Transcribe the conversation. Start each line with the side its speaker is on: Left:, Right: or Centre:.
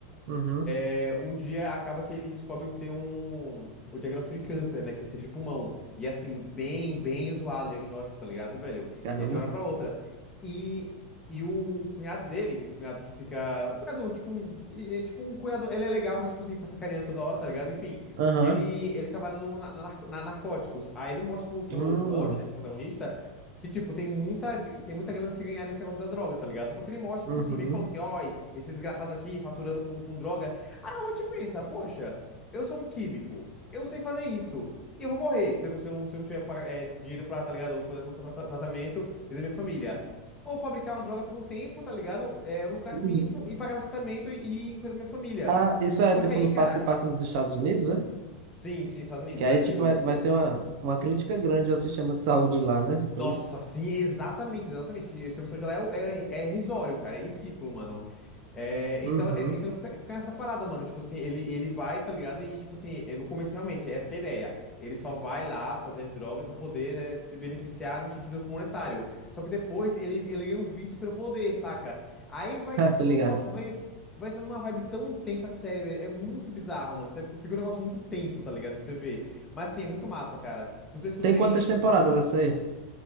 Right: uhum,
Left: é, um dia acaba que ele descobre que tem um, o diagnóstico de câncer, né? Câncer de pulmão. E assim, bem, bem zoado o diagnóstico, tá ligado, velho?
Right: caramba.
Left: E é de uma hora pra outra. E, e o cunhado dele, o cunhado que fica. O cunhado, tipo um. é, é tipo um cunhado. Ele é legal, mas tipo assim, fica sacaneando toda hora, tá ligado? Enfim.
Right: Aham,
Left: Ele, ele trabalha no, na, na narco- na narcóticos. Aí ele mostra pro, pro,
Right: hum,
Left: pro Walt, né, que é o protagonista, que, tipo, tem muita, tem muita grana a se ganhar nesse negócio da droga, tá ligado? Só que ele mostra,
Right: uhum,
Left: tipo assim, meio que falando assim, ó, esse desgraçado aqui faturando com, com droga. Aí a gente pensa, poxa, eu sou um químico, eu sei fazer isso, e eu vou morrer se eu, não- se eu, não, se eu não tiver pa- eh, dinheiro pra, tá ligado, cuidar do meu tra- tratamento e da minha família. Vou fabricar uma droga por um tempo, tá ligado? Eh, eu lucrar
Right: uhum.
Left: com isso e pagar meu tratamento e, e cuidar da minha família.
Right: Ah, isso é
Left: Só
Right: tipo
Left: que aí,
Right: no
Left: cara,
Right: passe passa nos Estados Unidos, né?
Left: sim, sim, Estados Unidos,
Right: Que aí,
Left: né? Que
Right: tipo,
Left: os-
Right: vai, vai
Left: os-
Right: ser uma, uma crítica grande ao sistema de saúde lá, né? Se for
Left: nossa,
Right: isso.
Left: sim, exatamente, exatamente. que O sistema de saúde lá é, o- é, é irrisório, cara, é ridículo, mano. É,
Right: Uhum,
Left: então, é- então fica, fica nessa parada, mano. Tipo assim, ele, ele vai, tá ligado? E, tipo assim, é, no começo, realmente, é essa que é a ideia. Ele só vai lá fazer as drogas pra poder, né, se beneficiar no sentido monetário. Só que depois ele, ele ganha um vício pelo poder, saca? Aí vai.
Right: <laughs> ah, tô
Left: Nossa,
Right: ligado.
Left: vai, vai entrando numa vibe tão intensa a série, velho. É muito bizarro, mano. Sério, fica fica um negócio muito tenso, tá ligado? Pra você ver. Mas, assim, é muito massa, cara. Não sei se tu
Right: Tem
Left: tem.
Right: quantas temporadas
Left: Se tu mora,
Right: essa aí?